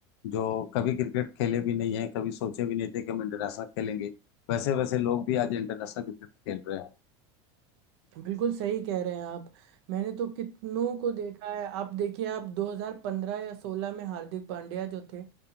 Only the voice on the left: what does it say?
जो कभी क्रिकेट खेले भी नहीं हैं कभी सोचे भी नहीं थे कि हम इंटरनेशनल खेलेंगे वैसे वैसे लोग भी आज इंटरनेशनल क्रिकेट खेल रहे हैं